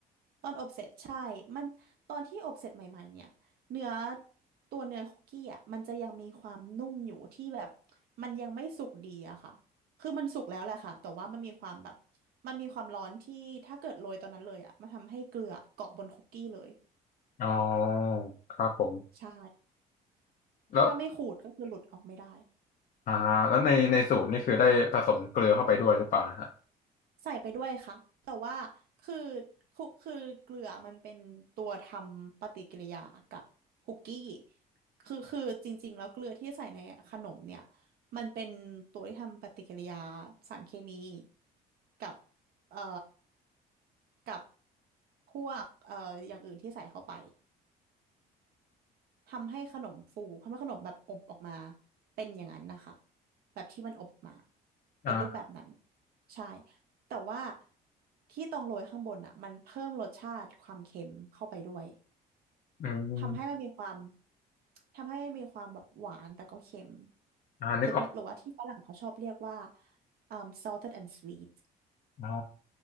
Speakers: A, on the right; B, on the left.
A: ตอนอบเสร็จใช่มันตอนที่อบเสร็จใหม่ๆเนี่ยเนื้อตัวเนื้อคุกกี้อ่ะมันจะยังมีความนุ่มอยู่ที่แบบมันยังไม่สุกดีอะค่ะคือมันสุกแล้วแหละค่ะแต่ว่ามันมีความแบบมันมีความร้อนที่ถ้าเกิดโรยตอนนั้นเลยอ่ะมันทำให้เกลือเกาะบนคุกกี้เลย
B: อ๋อครับผม
A: ใช่
B: แล้ว
A: ถ้าไม่ขูดก็คือหลุดออกไม่ได้
B: อ่าแล้วในในสูตรนี่คือได้ผสมเกลือเข้าไปด้วยหรือเปล่าฮะ
A: ใส่ไปด้วยค่ะแต่ว่าคือคุกคือเกลือมันเป็นตัวทำปฏิกิริยากับคุกกี้คือคือจริงๆแล้วเกลือที่ใส่ในขนมเนี่ยมันเป็นตัวที่ทำปฏิกิริยาสารเคมีกับเอ่อกับพวกเอ่ออย่างอื่นที่ใส่เข้าไป ทำให้ขนมฟู ทำให้ขนมแบบอบออกมาเป็นอย่างนั้นนะคะแบบที่มันอบออกมาเป็นรูปแบบนั้น
B: อ่า
A: ใช่ แต่ว่าที่ตองโรยข้างบนอ่ะมันเพิ่มรสชาติความเค็มเข้าไปด้วย
B: อืม
A: ทำให้มันมีความทำให้มีความแบบหวานแต่ก็เค็ม
B: อ่านึกออก
A: หรือว่าหรือว่าที่ฝรั่งเขาชอบเรียกว่าเอ่อ salted and sweet
B: อ๋อ